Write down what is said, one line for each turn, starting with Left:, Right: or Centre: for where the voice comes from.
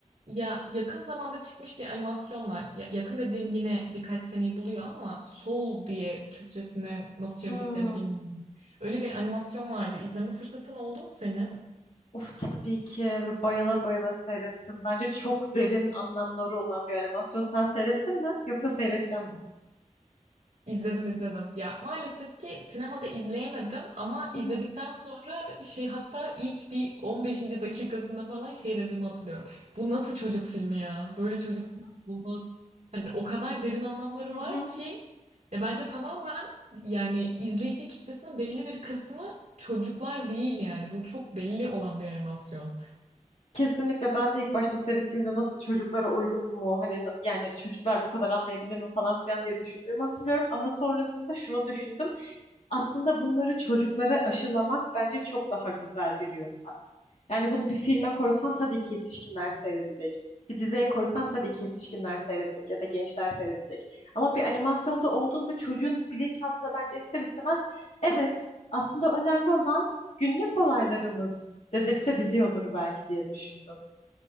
Right: Ya yakın zamanda çıkmış bir animasyon var. Ya, yakın dediğim yine birkaç seneyi buluyor ama Soul diye Türkçesine nasıl çevirdiklerini
Left: Hmm,
Right: bilmiyorum. Öyle bir animasyon vardı. İzleme fırsatın oldu mu senin?
Left: of tabii ki ve bayıla bayıla seyrettim. Bence çok derin anlamları olan bir animasyon. Sen seyrettin mi? Yoksa seyredeceksin mi?
Right: İzledim izledim. Ya maalesef ki sinemada izleyemedim ama
Left: Hı
Right: izledikten
Left: hı.
Right: sonra şey hatta ilk bir on beşinci dakikasında falan şey dediğimi hatırlıyorum. Bu nasıl çocuk filmi ya? Böyle çocuk filmi olmaz. Hani o kadar derin anlamları
Left: Hı
Right: var
Left: hı.
Right: ki ya bence tamamen yani izleyici kitlesinin belli bir kısmı çocuklar değil yani. Bu çok belli olan bir animasyon.
Left: Kesinlikle ben de ilk başta seyrettiğimde nasıl çocuklara uygun mu hani n- yani çocuklar bu kadar anlayabilir mi falan filan diye düşündüğümü hatırlıyorum ama sonrasında şunu düşündüm. Aslında bunları çocuklara aşılamak bence çok daha güzel bir yöntem. Yani bunu bir filme koysan tabii ki yetişkinler seyredecek. Bir diziye koysan tabii ki yetişkinler seyredecek ya da gençler seyredecek. Ama bir animasyonda olduğunda çocuğun bilinçaltında bence ister istemez evet aslında önemli olan günlük olaylarımız dedirtebiliyordur belki diye düşündüm.